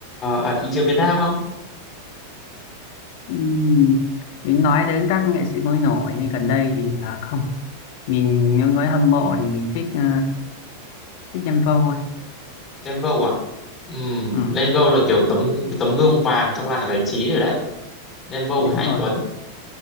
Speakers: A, on the left; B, on the left.
A: ở thị trường Việt Nam không
B: Ừm, Đến nói đến các nghệ sĩ mới nổi hay gần đây thì à, không mình những với hâm mộ thì mình thích à, thích Nhân Vô thôi.
A: Lengo à Ừm,
B: ừ,
A: Lengo là kiểu tấm tấm gương vàng trong làng giải trí rồi đấy Đen Vâu
B: đúng
A: và Hà Anh
B: rồi
A: Tuấn